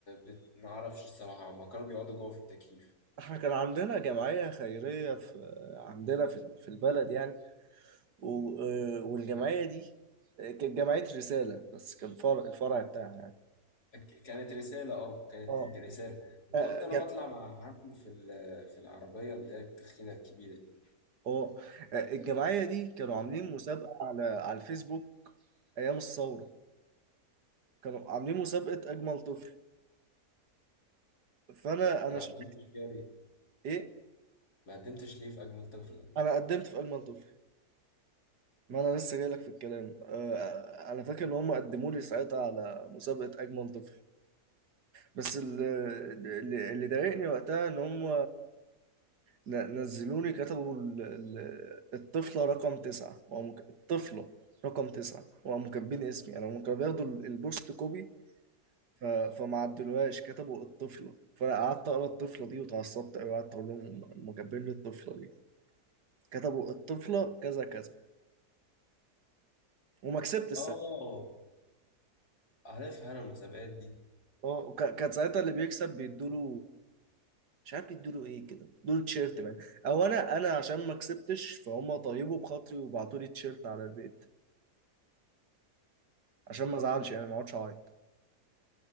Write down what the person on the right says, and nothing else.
احنا كان عندنا جمعية خيرية في عندنا في في البلد يعني و- آه، والجمعية دي آه، كانت جمعية رسالة بس كان فرع الفرع بتاعها يعني.
اه
اه
جا-
آه. آه، الجمعية دي كانوا عاملين مسابقة على على الفيسبوك أيام الثورة كانوا عاملين مسابقة أجمل طفل فأنا أنا
ش...
إيه
أنا قدمت في أجمل طفل ما أنا لسه جاي لك في الكلام آه، أنا فاكر إن هم قدموا لي ساعتها على مسابقة أجمل طفل بس اللي, اللي اللي ضايقني وقتها إن هم ن- نزلوني كتبوا ال- ال- الطفلة رقم تسعة وقاموا ك- الطفلة رقم تسعة وقاموا كاتبين اسمي أنا هم كانوا بياخدوا ال- البوست كوبي ف... فما عدلوهاش كتبوا الطفلة فأنا قعدت أقرأ الطفلة دي واتعصبت أوي وقعدت أقول لهم هم هم كاتبين لي الطفلة دي كتبوا الطفلة كذا كذا وما كسبت الساعة
اه وك- كان ساعتها اللي بيكسب بيدوله مش عارف بيدوله ايه كده دول تيشيرت بقى او انا انا عشان ما كسبتش فهم طيبوا بخاطري وبعتوا لي تيشيرت على البيت عشان ما ازعلش يعني ما اقعدش اعيط